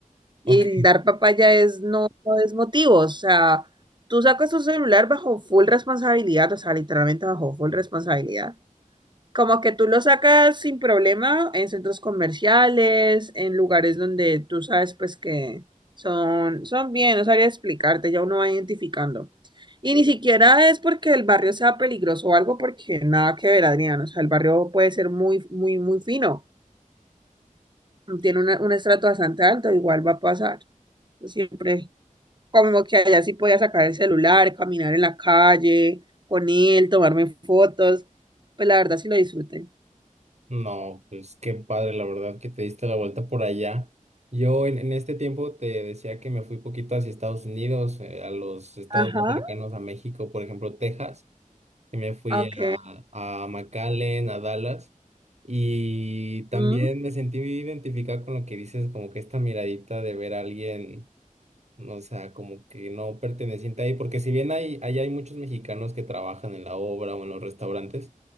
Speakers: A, on the right; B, on the right.
A: Y
B: Ok.
A: el dar papaya es no, no es motivo. O sea, tú sacas tu celular bajo full responsabilidad, o sea, literalmente bajo full responsabilidad. Como que tú lo sacas sin problema en centros comerciales, en lugares donde tú sabes pues que son, son bien, no sabría explicarte, ya uno va identificando. Y ni siquiera es porque el barrio sea peligroso o algo, porque nada que ver, Adrián. O sea, el barrio puede ser muy, muy, muy fino. Tiene una- un estrato bastante alto, igual va a pasar. Yo Siempre, como que allá sí podía sacar el celular, caminar en la calle con él, tomarme fotos. Pues la verdad sí lo disfruté.
B: No, pues qué padre, la verdad que te diste la vuelta por allá. Yo en, en este tiempo te decía que me fui poquito hacia Estados Unidos, eh, a los estados
A: Ajá.
B: más cercanos a México, por ejemplo, Texas. y me fui
A: Ok.
B: a, a McAllen, a Dallas, y también
A: Mm,
B: me sentí identificado con lo que dices, como que esta miradita de ver a alguien. O sea, como que no perteneciente ahí, porque si bien hay, ahí hay muchos mexicanos que trabajan en la obra o en los restaurantes,